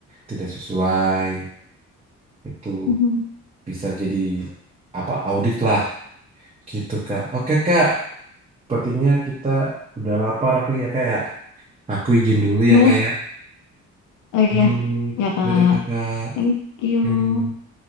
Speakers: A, on the right (about 20°); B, on the left (about 80°).
A: tidak sesuai itu
B: mhm.
A: bisa jadi apa audit lah gitu kak oke kak sepertinya kita udah lapar aku ya kayak aku izin dulu
B: Duh,
A: ya kayak
B: oh iya,
A: Aduh,
B: ya Kak.
A: dadah kakak
B: Thank you.
A: hmm.